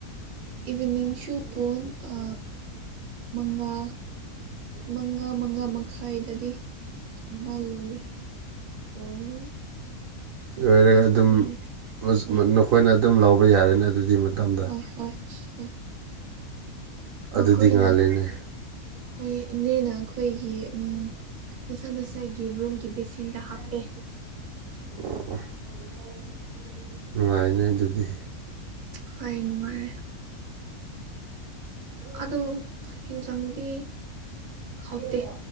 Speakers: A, on the right; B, on the right.
A: ꯏꯚꯤꯅꯤꯡꯁꯨꯨ ꯄꯨꯡ ꯑ ꯜꯥ ꯃꯪꯉꯥ ꯃꯉꯥ ꯃꯉꯥ ꯃꯈꯥꯏꯗꯗꯤ ꯊꯣꯡꯕꯥ ꯂꯣꯏꯔꯦ ꯑꯣ
B: ꯂꯣꯏꯔꯒ ꯑꯗꯨꯝ
A: ꯀꯔꯤ ꯍꯥꯏ
B: <unintelligible>
A: ꯍꯣꯏ
B: ꯅꯈꯣꯏꯅ ꯑꯗꯨꯝ ꯂꯧꯕ ꯌꯥꯔꯦꯅꯦ ꯑꯗꯨꯒꯤ ꯃꯇꯝꯗ
A: ꯍꯣꯏ ꯍꯣꯏ ꯍꯣꯏ
B: ꯑꯗꯨꯗꯤ
A: ꯃꯈꯣꯏꯅ
B: ꯉꯥꯜꯂꯦꯅꯦ
A: ꯍꯣꯏ ꯏꯅꯦꯅ ꯑꯩꯈꯣꯏꯒꯤ ꯎꯝ ꯉꯁꯥ ꯉꯁꯥꯒꯤ ꯔꯨꯝꯒꯤ ꯕꯦꯁꯤꯟꯗ ꯍꯥꯞꯄꯦ
B: ꯑꯣ
A: <unintelligible>
B: ꯅꯨꯡꯉꯥꯏꯅꯦ ꯑꯗꯨꯗꯤ
A: ꯍꯣꯏ ꯅꯨꯡꯉꯥꯏꯔꯦ ꯑꯗꯨ ꯍꯤꯟꯖꯥꯡꯗꯤ ꯍꯩꯇꯦ